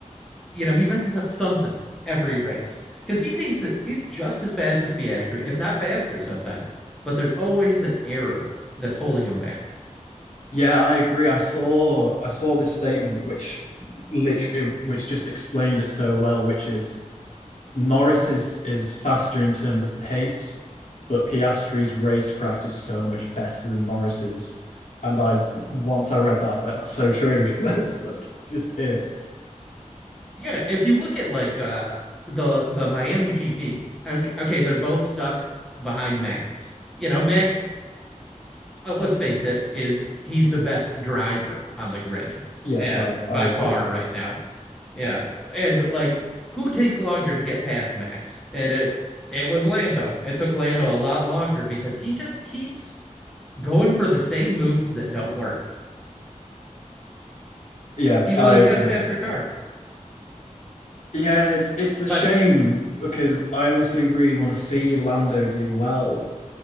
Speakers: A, in the centre; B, on the left.
A: you know, he messes up something every race because he seems to, he's just as fast as Piastri, if not faster sometimes, but there's always an error that's holding him back.
B: Yeah, I agree. I saw I saw this statement which literally which just explained it so well, which is Norris is is faster in terms of pace, but Piastri's racecraft is so much better than Norris's. And I once I read that, I was like, that's so true. <laughs> That's that's just it.
A: Yeah, if you look at like uh the the Miami GP, okay, okay, they're both stuck behind Max. You know, Max, uh, let's face it, is he's the best driver on the grid
B: Yes,
A: uh,
B: I
A: by
B: I agree.
A: far right now. Yeah, and like who takes longer to get past Max? And it it was Lando. It took Lando a lot longer because he just keeps going for the same moves that don't work,
B: Yeah,
A: even
B: I
A: though he's
B: agree.
A: got a faster car.
B: Yeah, it's it's a
A: But
B: shame because I obviously really want to see Lando do well,